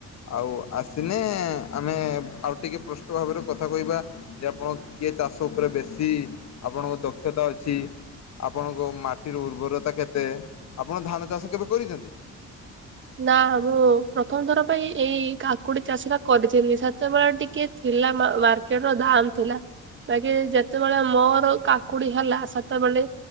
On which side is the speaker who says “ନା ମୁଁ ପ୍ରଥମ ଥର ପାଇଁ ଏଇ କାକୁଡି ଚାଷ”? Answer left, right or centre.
Right